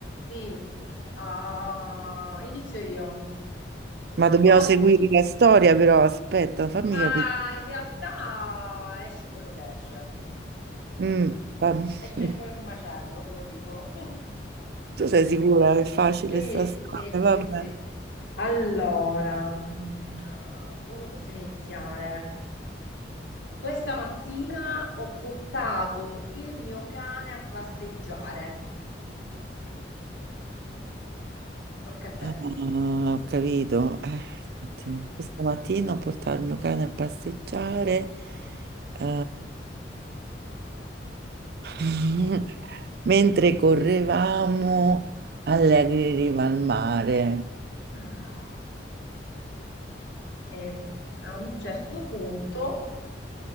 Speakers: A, on the left (about 85°); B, on the right (about 55°).
A: Sì, Ah, inizio io.
B: Ma dobbiamo
A: Oggi,
B: seguire la storia, però aspetta, fammi
A: ma
B: capire.
A: in realtà esce quello che esce. <laughs>
B: Mm, fam-
A: Esce
B: <laughs>
A: poi un macello, te lo dico. <laughs>
B: Tu sei sicura? È facile
A: Sì,
B: sta storia,
A: sì, sì,
B: vabbè.
A: sì. Allora, mm, ah, come possiamo iniziare? Questa mattina ho portato il mio cane a passeggiare. Tocca a
B: Ah,
A: te.
B: ho capito. Eh, un attimo.
A: Eh.
B: Questa mattina ho portato il mio cane a passeggiare. eh, <laughs> mentre correvamo, allegri in riva al mare,
A: Ah. E ad un certo punto